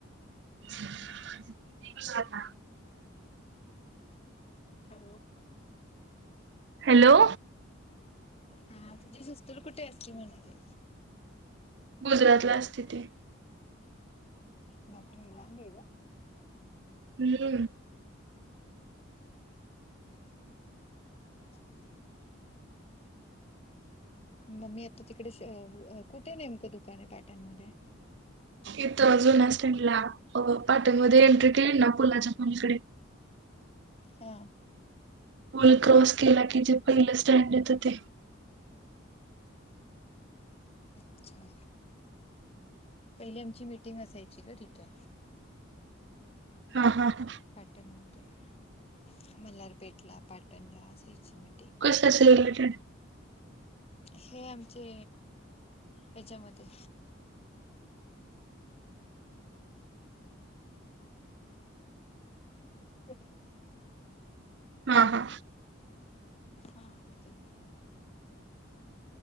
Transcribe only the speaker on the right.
<unintelligible>
हॅलो.
गुजरातला असते ती
हम्म.
इथं जुन्या स्टँडला पाटणमध्ये एंट्री केली ना पुलाच्या पलीकडे
पूल क्रॉस केला की जे पहिलं स्टँड येत ते
हा हा हा.
कशाशी रिलेटेड
हा हा.